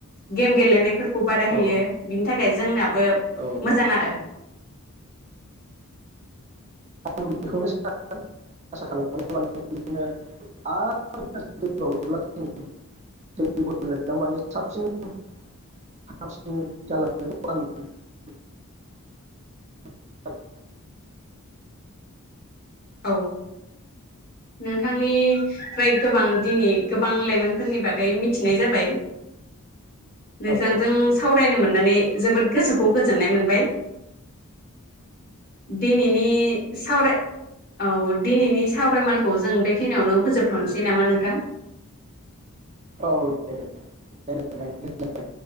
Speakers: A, on the left; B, on the right.
A: गेम गेलेनाय फोरखौ बादाय होयो
B: औ
A: बिनि थाखाय जोंनाबो
B: औ
A: मोजां आरो
B: बेखौ नो सा आसा खालामोन <unintelligible>
A: औ नोंथांनि फ्राय गोबां दिनि गोबां लाइमोनफोरनि बागै मिथिनाय जाबाय नोंजांजों
B: औ
A: सावरायनो मोननानै जोबोद गोसोखौ गोजोननाय मोनबाय दिनिनि सावराय औ दिनिनि सावरायमालखौ जों बेखिनियावनो फोजोबथनोसै नामा नोंथां
B: औ दे दे <unintelligible>